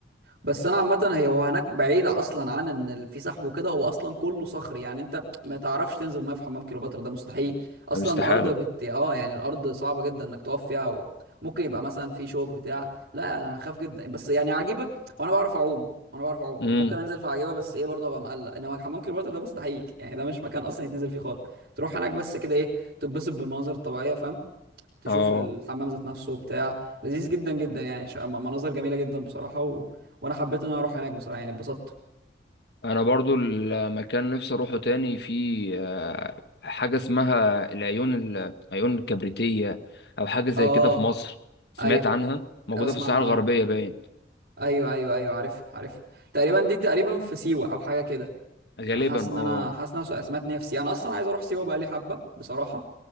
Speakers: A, on the right; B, on the left.
A: بس انا عامه هي وهناك بعيده اصلا عن ان ال- في سحب وكده هو اصلا كله صخري يعني انت ما تعرفش تنزل ميه في حمام كليوباترا ده مستحيل اصلا
B: يعني استحاله
A: الارض بت... اه يعني الارض صعبه جدا انك تقف فيها و... ممكن يبقى مثلا في شوك بتاع لا انا خاف جدا بس يعني عجيبه وانا بعرف اعوم وانا بعرف اعوم
B: امم
A: فممكن انزل في عجيبه بس ايه برضه ابقى مقلق انما حمام كليوباترا ده مستحيل يعني ده مش مكان اصلا يتنزل فيه خالص تروح هناك بس كده ايه تتبسط بالمناظر الطبيعيه فاهم تشوف
B: اه
A: الحمام ذات نفسه بتاع لذيذ جدا جدا يعني ش- م- مناظر جميله جدا بصراحه و... وانا حبيت ان انا اروح هناك بصراحه يعني اتبسطت
B: انا برضو المكان نفسي اروحه تاني في آه، حاجه اسمها العيون ال- العيون الكبريتيه او حاجه زي
A: اه
B: كده في مصر سمعت
A: ايوه
B: عنها موجوده
A: اسمع
B: في الصحراء
A: عنها
B: الغربيه باين
A: ايوه ايوه ايوه عارف عارف تقريبا دي تقريبا في سيوه او حاجه كده
B: غالبا
A: انا حاسس ان
B: اه
A: انا حاسس ان انا سمعت ان هي في سيوه انا اصلا عايز اروح سيوه بقالي حبه بصراحه